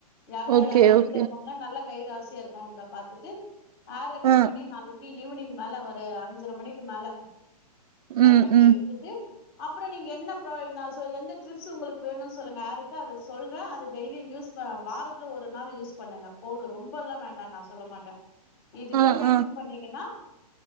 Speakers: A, on the left; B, on the right.
A: யார்ன்னா
B: ஓகே
A: யார்ன்னா வீட்
B: ஓகே
A: ட்லருக்கவுங்களா நல்ல கை ராசியா இருக் அவங்க தா பாத்துட்டு ஏர கட்
B: ஆ
A: பண்ணி நாளைக்கி ஈவினிங் மேல ஒரு அஞ்சர மணிக்கு மேல கட்
B: ம்
A: பண்ணி
B: ம்
A: எடுத்துட்டு அப்புறம் நீங்க என்ன பொ நான் எந்த டிப்ஸ் உங்களுக்கு வேணு சொல்லுங்க ஹேருக்கு அது சொல்றே டெய்லி யூஸ் ப வாரத்துல ஒரு நாள் யூஸ் பண்ணுங்க போது ரொம்பல்லா வேண்டா நா சொல்ல மாட்டே இதுவே
B: ஆ
A: மெயின்டென்
B: ஆ
A: பண்ணிங்கனா